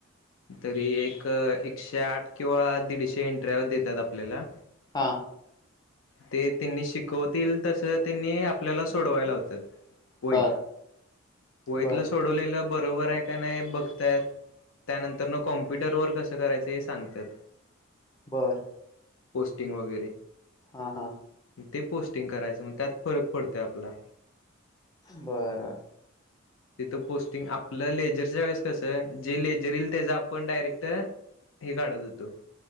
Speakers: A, on the left; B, on the left.
A: तरी एक एकशे आठ किंवा दीडशे इंटऱ्या देत्यात आपल्याला
B: हा.
A: ते त्यांनी शिकवतील, तस तेंनी आपल्याला सोडवाय लावत्यात. वईत.
B: बर
A: वईतलं
B: बर
A: सोडवलेलं बरोबर आहे का नाही बघत्यात. त्या नंतर न, कॉम्प्युटर वर कसं करायचं हे सांगत्यात?
B: बरं.
A: पोस्टिंग वगैरे.
B: हा हा
A: ते पोस्टिंग करायचं मग त्यात फरक पडतोय आपला.
B: बर बर
A: तिथं पोस्टिंग आपलं लेजरच्या वेळेस कसं आहे जे ले त्याचा आपण डायरेक्ट हे काढत होेतो